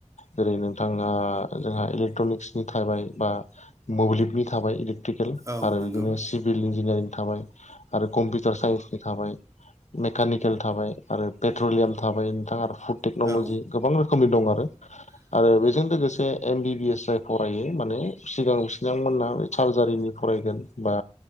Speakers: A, on the left; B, on the right.
A: जेरै नोंथाङा आरो जोंहा एलेकट्रनिक बा मोब्लिबनि थाबाय
B: औ
A: आरो
B: नंगौ
A: बि सिभिल इन्जिनियारिं थाबाय आरो कम्पिउटार साइन्सनि थाबाय मेकानिक केल थाबाय आरो पेट्रलियाम थाबाय नोंथाङा आरो फुड टेक्न'लजि
B: औ
A: गोबां रोखोमनि दं आरो
B: <unintelligible> <inaudible>
A: आरो बेजों लोगोसे एम बि बि एस जाय फरायो माने सिगां बिथांमोना बे सार्जारिनि फरायगोन बा